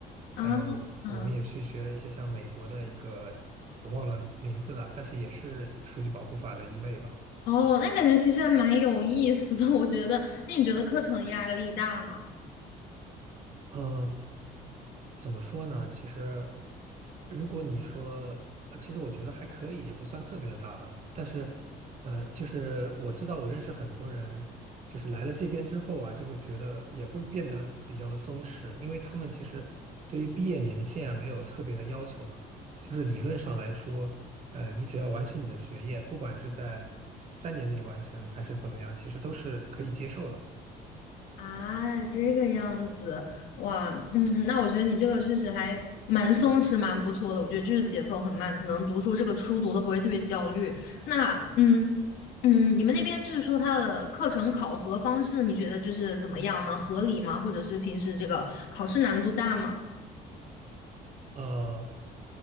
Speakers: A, on the right; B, on the left.
A: 还有我们也去学了一些像美国的一个我忘了名字了，
B: 啊，啊，
A: 但是也是数据保护法的一类吧。
B: 哦，那感觉其实还蛮有意思的，我觉得。那你觉得课程压力大吗？
A: 嗯，怎么说呢？其实，如果你说，呃，其实我觉得还可以，也不算特别的大吧。但是，呃，就是我知道我认识很多人，就是来了这边之后啊，就会觉得也会变得比较的松弛，因为他们其实对于毕业年限啊没有特别的要求嘛。就是理论上来说，呃，你只要完成你的学业，不管是在三年内完成还是怎么样，其实都是可以接受的。
B: 啊，这个样子，哇，嗯，那我觉得你这个确实还蛮松弛，蛮不错的。我觉得就是节奏很慢，可能读书这个书读的不会特别焦虑。那，嗯嗯，你们那边就是说它的课程考核方式，你觉得就是怎么样呢？合理吗？或者是平时这个考试难度大吗？
A: 呃，